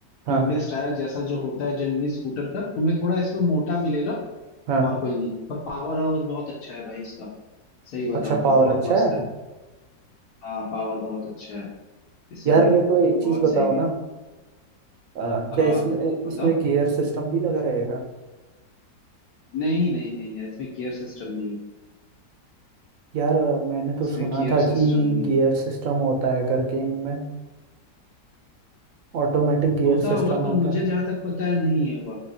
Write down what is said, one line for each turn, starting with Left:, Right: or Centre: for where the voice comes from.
Right: हाँ
Left: ट्यूबलेस टायर जैसा जो होता है जनरली स्कूटर का तुम्हें थोड़ा इसमें मोटा मिलेगा
Right: हाँ
Left: और कोई नहीं पर पावर और बहुत अच्छा है भाई इसका सही बताऊं
Right: अच्छा पावर
Left: तो बहुत
Right: अच्छा
Left: मस्त
Right: है
Left: है हाँ पावर बहुत अच्छा है इसीलिए
Right: यार मेरे को एक चीज
Left: बहुत
Right: बताओ
Left: सही है
Right: ना अ, क्या
Left: हाँ
Right: इसमें
Left: बताओ
Right: इसमें गियर सिस्टम भी लगा रहेगा
Left: नहीं नहीं नहीं यार इसमें गियर सिस्टम नहीं है
Right: यार अ, मैंने
Left: इसमें
Right: तो सुना
Left: गियर
Right: था
Left: सिस्टम
Right: कि
Left: नहीं
Right: गियर
Left: है
Right: सिस्टम होता है करके इनमें ऑटोमेटिक गियर
Left: होता
Right: सिस्टम
Left: होगा पर
Right: होता
Left: मुझे
Right: है
Left: जहां तक पता है नहीं होगा